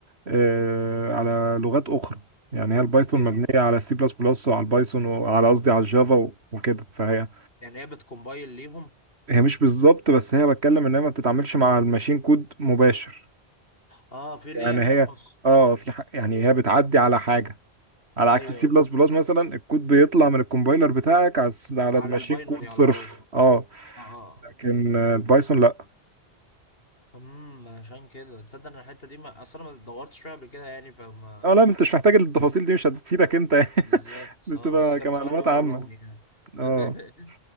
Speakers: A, on the right; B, on the left.
A: آه، على لغات اخرى يعني هي البايثون
B: هي
A: مم. مبنيه على السي بلس بلس وعلى البايثون وعلى قصدي على الجافا و- وكده فهي
B: يعني هي بتكومبايل ليهم
A: هي مش بالظبط بس هي بتكلم ان هي ما بتتعاملش مع الماشين كود مباشر
B: اه في
A: يعني
B: لير في
A: هي
B: النص
A: اه في ح... يعني هي بتعدي على حاجه على
B: ايوه
A: عكس السي أيوة.
B: ايوه
A: بلس بلس مثلا الكود بيطلع من الكومبايلر بتاعك على الس- على
B: على
A: الماشين
B: الباينري
A: كود
B: على
A: صرف
B: طول
A: اه
B: اه اه
A: لكن آه، البايثون لا
B: امم عشان كده تصدق ان الحته دي ما اصلا ما دورتش فيها قبل كده يعني فما
A: اه لا انت مش محتاج التفاصيل دي مش هتفيدك انت <laughs>
B: بالظبط
A: بتبقى
B: اه بس كان
A: كمعلومات
B: سؤالي يراودني
A: عامه اه
B: يعني <laughs>